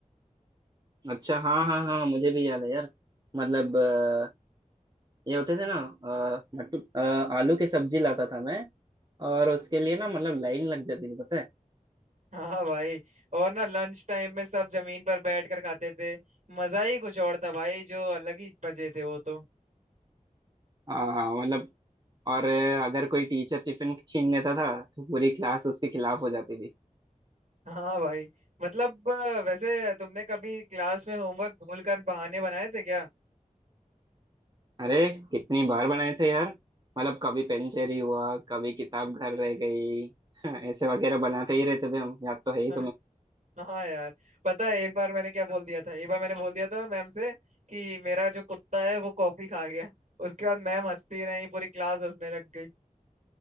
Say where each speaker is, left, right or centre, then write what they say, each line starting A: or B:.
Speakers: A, on the right; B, on the right.
A: अच्छा हाँ हाँ हाँ मुझे भी याद है यार मतलब अ, ये होते थे ना अ, मटू- अ, आलू की सब्जी लाता था मैं और उसके लिए ना मतलब लाइन लग जाती थी पता है
B: हाँ भाई और ना लंच टाइम में सब जमीन पर बैठ कर खाते थे मजा ही कुछ और था भाई जो अलग ही मजे थे वो तो
A: हाँ मतलब और अगर कोई टीचर टिफिन छीन लेता था तो पूरी क्लास उसके खिलाफ हो जाती थी
B: हाँ भाई मतलब अ, वैसे तुमने कभी क्लास में होमवर्क भूल कर बहाने बनाए थे क्या
A: अरे कितनी बार बनाए थे यार मतलब कभी पेन चोरी हुआ कभी किताब घर रह गई <laughs> ऐसे वगैरह बनाते ही रहते थे हम याद तो
B: <laughs>
A: है ही
B: अरे, हाँ यार पता है एक बार मैंने क्या बोल दिया था एक बार मैंने बोल दिया था मैम से कि मेरा जो कुत्ता है वो कॉफी खा गया उसके बाद मैम हंसती रही पूरी क्लास हंसने लग गई